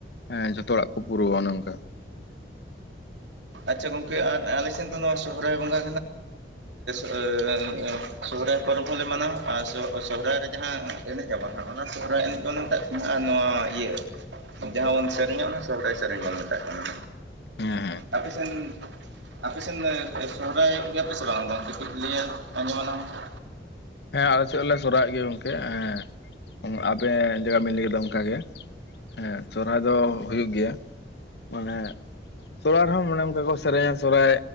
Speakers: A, on the left; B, on the right.
A: ᱦᱮᱸ ᱡᱷᱚᱛᱚ ᱦᱚᱲᱟᱜ ᱠᱚ ᱯᱩᱨᱟᱹᱣᱟ ᱚᱱᱮ ᱚᱱᱠᱟ
B: ᱟᱪᱪᱷᱟ ᱜᱚᱝᱠᱮ ᱟᱨ ᱟᱞᱮᱥᱮᱱ ᱫᱚ ᱱᱚᱣᱟ ᱥᱚᱦᱚᱨᱟᱭ ᱵᱚᱸᱜᱟ <inaudible> ᱥᱚᱦᱚᱨᱟᱭ ᱯᱚᱨᱚᱵᱽ ᱦᱚᱸᱞᱮ ᱢᱟᱱᱟᱣᱟ ᱟᱨ ᱥᱚᱦᱚᱨᱟᱭ ᱨᱮ ᱡᱟᱦᱟᱸ ᱮᱱᱮᱡ ᱟᱵᱚᱱ ᱦᱟᱸᱜᱼᱟ ᱚᱱᱟ ᱥᱚᱦᱚᱨᱟᱭ ᱮᱱᱮᱡ ᱵᱚᱱ ᱱᱤᱛᱟᱜ ᱟᱨ ᱱᱚᱣᱟ ᱤᱭᱟᱹ ᱡᱟᱦᱟᱸ ᱵᱚᱱ ᱥᱮᱨᱮᱧᱟ ᱚᱱᱟ ᱥᱚᱦᱚᱨᱟᱭ ᱥᱮᱨᱮᱧ ᱵᱚᱱ ᱢᱮᱛᱟᱜ ᱠᱟᱱᱟ
A: ᱦᱮᱸ ᱦᱮᱸ
B: ᱟᱯᱮᱥᱮᱱ ᱟᱯᱮ ᱥᱮᱱ ᱥᱚᱦᱨᱟᱭᱚᱜ ᱜᱮᱭᱟᱯᱮ ᱥᱮ ᱵᱟᱝ ᱜᱟᱝᱠᱮ ᱠᱟᱹᱡ ᱞᱟᱹᱭ ᱟᱸᱡᱚᱢ ᱟᱞᱟᱝ ᱢᱮᱥᱮ
A: ᱦᱮᱸ ᱟᱞᱮ ᱥᱮᱫ ᱞᱮ ᱥᱚᱨᱦᱟᱭᱚᱜ ᱜᱮᱭᱟ ᱜᱚᱝᱠᱮ ᱦᱮᱸ ᱟᱵᱮᱱ ᱡᱟᱦᱟ ᱞᱮᱠᱟ ᱵᱮᱱ ᱞᱟᱭ ᱫᱟ ᱚᱱᱠᱟ ᱜᱮ ᱦᱮᱸ ᱥᱚᱨᱦᱟᱭ ᱫᱚ ᱦᱩᱭᱩᱜ ᱜᱮᱭᱟ ᱢᱟᱱᱮ ᱥᱚᱨᱚᱦᱦᱟᱭ ᱨᱮᱦᱚᱸ ᱚᱱᱮ ᱚᱱᱠᱟ ᱠᱚ ᱥᱮᱨᱮᱧᱟ ᱥᱚᱨᱦᱟᱭ